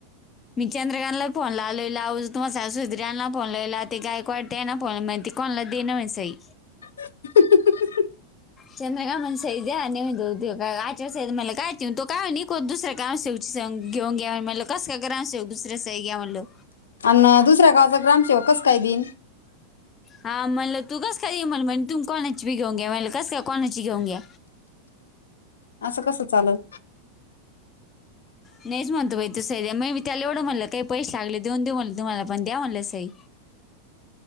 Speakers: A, on the left (about 30°); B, on the left (about 90°).
A: मी चंद्रकांला फो लावोहज तु्हा स ना पनलं ते गयक वाट आहेना प महि कोणला द दिन मसई
B: <unintelligible>
A: चंद्रग मण सय्या नेऊ द उ का मलाय तो कायत दुसऱ्या ग्रमेव सं घेऊन्यान मला कस का ग्रमशेव दुसर्या स आहे घ्या म्हणलं
B: अ दुसऱ्या गावाचा ग्रामसेव कस काय दिन
A: हा म्हणलं तू कस काय म्हण म्हणे तू कोणाची बीघेऊ घे म्हणलं कस काय कोणाची घेऊ घे
B: असं कसं चालल.
A: नहीच म्हणतो बई त्यो सई दया मी त्याला एवढं म्हटलं की पैसे आले देऊन देऊ म्हटल तुम्हाला पण द्या म्हटले सई